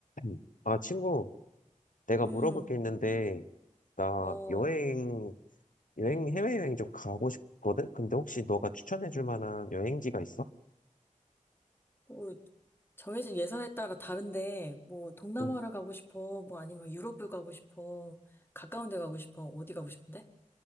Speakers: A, on the left; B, on the left.
A: 음. 아, 친구, 내가
B: 음,
A: 물어볼 게 있는데, 나
B: 어,
A: 여행, 여행, 해외여행 좀 가고 싶거든? 근데 혹시 너가 추천해 줄 만한 여행지가 있어?
B: 뭐, 정해진 예산에 따라 다른데, 뭐, 동남아를
A: 음.
B: 가고 싶어, 뭐, 아니면 유럽을 가고 싶어, 가까운 데 가고 싶어, 어디 가고 싶은데?